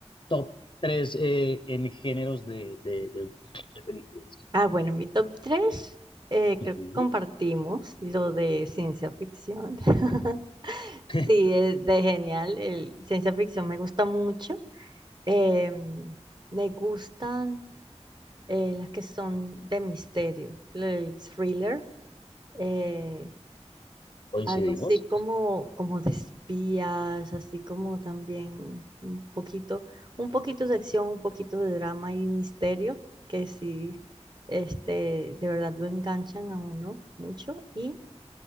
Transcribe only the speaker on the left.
top tres eh, en géneros de, de, de- de películas?
Ujú.
<laughs>
Coincidimos.